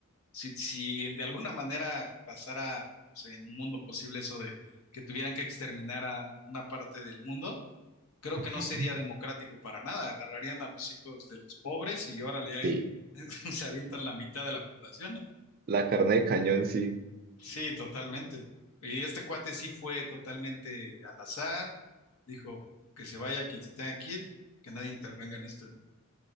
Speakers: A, on the left; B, on the right.
A: si, si de alguna manera pasara pues, en un mundo posible eso de que tuvieran que exterminar a una parte del mundo,
B: <laughs>
A: creo
B: Ujú.
A: que no sería democrático para nada. Agarrarían a los hijos de los pobres y órale, ahí
B: Sí,
A: <laughs> se avientan la mitad de la población, ¿no?
B: la carne de cañón, sí.
A: Sí, totalmente. Y este cuate sí fue totalmente al azar, dijo que se vaya quien se tenga que ir, que nadie intervenga en esto, ¿no?